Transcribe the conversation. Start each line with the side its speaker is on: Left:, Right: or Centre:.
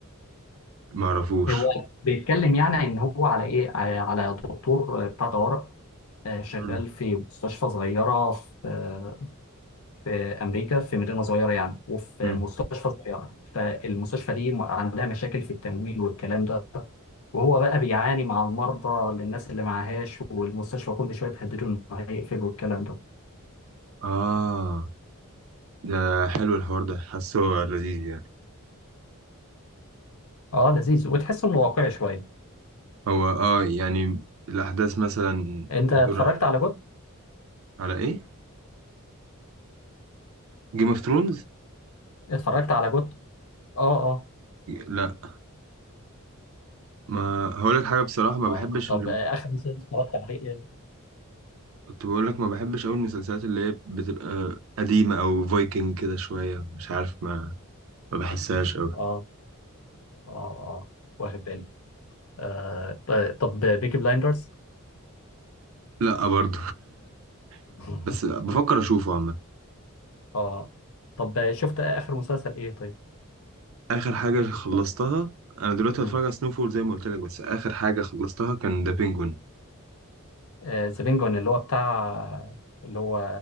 Right: ما اعرفوش
Left: هو بيتكلم يعني ان هو على ايه على على دكتور آه، بتاع طوارئ آه، شغال
Right: مم.
Left: في مستشفى صغيرة في آه، في امريكا في مدينة صغيرة يعني وفي
Right: مم.
Left: مستشفى صغيرة فالمستشفى دي م- عندها مشاكل في التمويل والكلام ده وهو بقى بيعاني مع المرضى للناس اللي معهاش والمستشفى كل شوية تهدده انه هيقفل والكلام ده
Right: اه ده حلو الحوار ده حاسه لذيذ يعني
Left: اه لذيذ وتحس انه واقعي شوية
Right: هو اه يعني الاحداث مثلا
Left: انت
Right: بتدور
Left: اتفرجت
Right: على
Left: على جوت
Right: على ايه جيم اوف ثرونز
Left: اتفرجت على جوت اه اه
Right: لا ما هقول لك حاجه بصراحه ما
Left: اه
Right: بحبش
Left: طب آه، اخر مسلسل اتفرجت عليه ايه؟
Right: كنت بقول لك ما بحبش أوي المسلسلات اللي هي بتبقى قديمة أو فايكنج كده شوية مش عارف ما ما بحسهاش أوي
Left: اه اه اه واخد بالي آه طيب- طب بيكي بلايندرز
Right: لا برضو
Left: <laughs>
Right: <laughs> بس بفكر أشوفه عامة
Left: اه طب شفت اخر مسلسل ايه طيب؟
Right: آخر حاجة
Left: <laughs>
Right: خلصتها أنا دلوقتي
Left: امم
Right: هتفرج على سنوفول زي ما قلت لك بس آخر حاجة خلصتها كان ذا بينجوين
Left: ذا بينجوين اللي هو بتاع اللي هو